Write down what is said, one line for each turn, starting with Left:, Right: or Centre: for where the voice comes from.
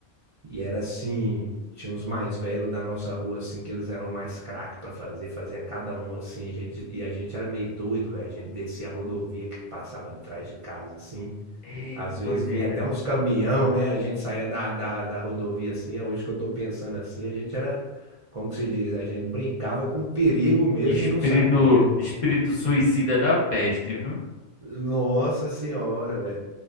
Right: E era assim, tinha uns mais velhos da nossa rua, assim, que eles eram mais craque pra fazer, fazia cada um assim, a gente, e a gente era meio doido, velho. A gente descia a rodovia que passava de trás de casa, assim.
Left: Eita,
Right: Às vezes
Left: doideira.
Right: vinha até uns caminhão, né? A gente saía da, da, da rodovia assim. Hoje que eu tô pensando assim, a gente era, como que se diz? A gente brincava com perigo mesmo
Left: Espírito,
Right: e não sabia.
Left: espírito suicida da peste, viu?
Right: Nossa senhora, velho.